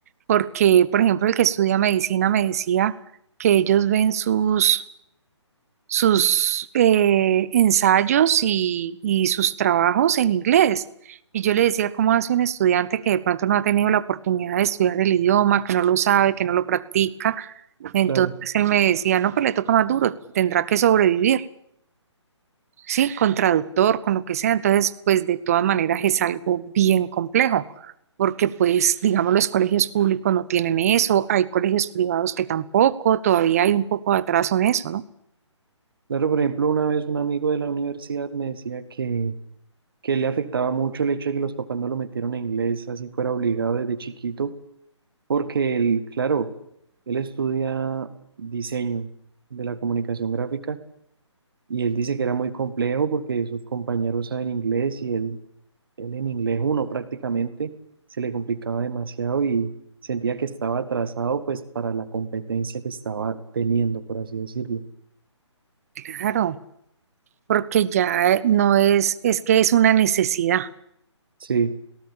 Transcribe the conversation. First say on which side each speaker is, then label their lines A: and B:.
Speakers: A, on the right; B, on the right.
A: porque por ejemplo el que estudia medicina me decía que ellos ven sus sus eh, ensayos y, y sus trabajos en inglés. Y yo le decía, ¿cómo hace un estudiante que de pronto no ha tenido la oportunidad de estudiar el idioma, que no lo sabe, que no lo practica? Entonces
B: claro.
A: él me decía, no, pues le toca más duro, tendrá que sobrevivir, ¿sí? Con traductor, con lo que sea. Entonces, pues de todas maneras es algo bien complejo, porque pues, digamos, los colegios públicos no tienen eso, hay colegios privados que tampoco, todavía hay un poco de atraso en eso, ¿no?
B: Claro, por ejemplo, una vez un amigo de la universidad me decía que que le afectaba mucho el hecho de que los papás no lo metieron a inglés, así fuera obligado desde chiquito, porque él, claro, él estudia diseño de la comunicación gráfica y él dice que era muy complejo porque sus compañeros saben inglés y él, él en inglés uno prácticamente se le complicaba demasiado y sentía que estaba atrasado pues para la competencia que estaba teniendo, por así decirlo.
A: Claro. porque ya eh, no es, es que es una necesidad,
B: Sí,